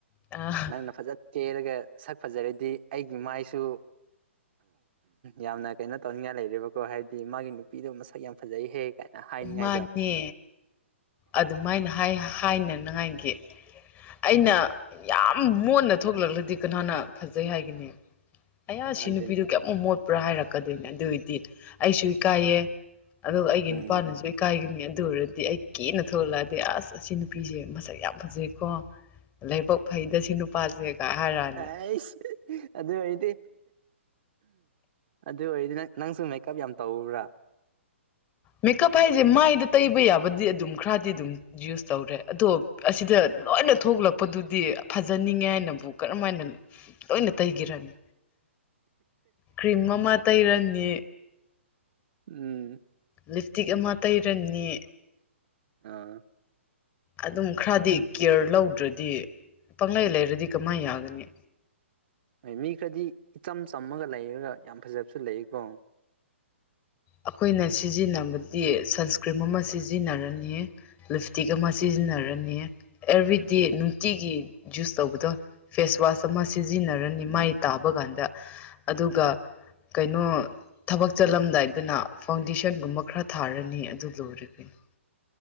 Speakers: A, on the left; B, on the right.
A: ꯑ
B: ꯅꯪꯅ ꯐꯖ ꯇꯦꯔꯒ ꯁꯛ ꯐꯖꯔꯗꯤ ꯑꯩꯒꯤ ꯃꯥꯏꯁꯨ ꯌꯥꯝꯅ ꯀꯩꯅꯣ ꯇꯧꯅꯤꯡꯉꯥꯏ ꯂꯩꯔꯦꯕꯀꯣ ꯍꯥꯏꯗꯤ ꯃꯥꯒꯤ ꯅꯨꯄꯤꯗꯣ ꯃꯁꯛ ꯌꯥꯝ ꯐꯖꯩꯍꯦ ꯀꯥꯏꯅ ꯍꯥꯏꯅꯤꯡꯉꯥꯏꯗꯣ
A: ꯃꯥꯅꯦ ꯑꯗꯨꯃꯥꯏꯅ ꯍꯥꯏꯅꯅꯕ ꯍꯥꯏꯅꯤ ꯑꯩꯅ ꯌꯥꯝ ꯃꯣꯟꯅ ꯊꯣꯛꯂꯛꯂꯗꯤ ꯀꯅꯥꯅ ꯐꯖꯩ ꯍꯥꯏꯒꯅꯤ ꯑꯌꯥ ꯁꯤ
B: ꯑꯗꯨꯅꯤ
A: ꯅꯨꯄꯤꯗꯨꯣ ꯀꯌꯥꯃꯨꯛ ꯃꯣꯠ ꯄꯨꯔꯥ ꯍꯥꯏꯔꯛꯀꯗꯣꯏꯅꯦ ꯑꯗꯨꯏꯗꯤ ꯑꯩꯁꯨ ꯏ ꯀꯥꯏꯌꯦ ꯑꯗꯨꯒ ꯑꯩꯒꯤ
B: ꯎꯝ
A: ꯄꯥꯟꯁꯨ ꯀꯥꯏꯒꯅꯤ ꯑꯗꯨ ꯑꯣꯏꯔꯗꯤ ꯑꯩ ꯀꯦꯅ ꯊꯣꯛꯂꯂꯛꯑꯗꯤ ꯑꯁ ꯑꯁꯤ ꯅꯨꯄꯤꯁꯦ ꯃꯁꯛ ꯌꯥꯝ ꯐꯖꯩꯀꯣ ꯂꯥꯏꯕꯛ ꯐꯩꯗ ꯁꯤ ꯅꯨꯄꯥꯁꯦꯒ ꯍꯥꯏꯔꯛꯑꯅꯤ
B: ꯇꯁ ꯑꯗꯨꯗ ꯑꯣꯏꯗꯤ ꯑꯗꯨ ꯑꯣꯏꯔꯗꯤ ꯅꯪ ꯅꯪꯁꯨ ꯃꯦꯛꯀꯞ ꯌꯥꯝ ꯇꯧꯧꯕ꯭ꯔꯥ
A: ꯃꯦꯀꯞ ꯍꯥꯏꯁꯦ ꯃꯥꯏꯗ ꯇꯩꯕ ꯌꯥꯕꯗꯤ ꯑꯗꯨꯝ ꯈꯔꯗꯤ ꯑꯗꯨꯝ ꯌꯨꯁ ꯇꯧꯔꯦ ꯑꯗꯣ ꯑꯁꯤꯗ ꯂꯣꯏꯅ ꯊꯣꯛꯂꯛꯄꯗꯨꯗꯤ ꯐꯖꯅꯤꯡꯉꯦ ꯍꯥꯏꯅꯕꯨ ꯀꯔꯝ ꯍꯥꯏꯅ ꯂꯣꯏꯅ ꯇꯩꯈꯤꯔꯅꯤ ꯀ꯭ꯔꯤꯝ ꯑꯃ ꯇꯩꯔꯅꯤ
B: ꯎꯝ
A: ꯂꯤꯞꯇꯤꯛ ꯑꯃ ꯇꯩꯔꯅꯤ
B: ꯑꯥ
A: ꯑꯗꯨꯝ ꯈꯔꯗꯤ ꯀꯦꯌꯔ ꯂꯧꯗ꯭ꯔꯗꯤ ꯄꯪꯂꯪꯂꯩ ꯂꯩꯔꯗꯤ ꯀꯃꯥꯏꯅ ꯌꯥꯒꯅꯤ
B: ꯍꯣꯏ ꯃꯤ ꯈꯔꯗꯤ ꯏꯆꯝ ꯆꯝꯃꯒ ꯂꯩꯔꯒ ꯌꯥꯝ ꯐꯖꯕꯁꯨ ꯂꯩꯀꯣ
A: ꯑꯩꯈꯣꯏꯅ ꯁꯤꯖꯤꯟꯅꯕꯗꯤ ꯁꯟꯁꯀ꯭ꯔꯤꯝ ꯑꯃ ꯁꯤꯖꯤꯟꯅꯔꯅꯤꯌꯦ ꯂꯤꯞꯁꯇꯤꯛ ꯑꯃ ꯁꯤꯖꯤꯟꯅꯔꯅꯤ ꯑꯦꯚ꯭ꯔꯤꯗꯦ ꯅꯨꯡꯇꯤꯒꯤ ꯌꯖꯨꯁ ꯇꯧꯕꯗꯣ ꯐꯦꯁꯋꯥꯁ ꯑꯃ ꯁꯤꯖꯤꯟꯅꯔꯅꯤ
B: ꯎꯝ
A: ꯃꯥꯏ ꯇꯥꯕ ꯀꯥꯟꯗ ꯑꯗꯨꯒ ꯀꯩꯅꯣ ꯊꯕꯛ ꯆꯠꯂꯝꯗꯥꯏ ꯑꯗꯨꯅ ꯐꯥꯎꯟꯗꯦꯁꯟꯒꯨꯝꯕ ꯈꯔ ꯊꯥꯔꯅꯤ ꯑꯗꯨ ꯂꯣꯏꯔꯒꯅꯤ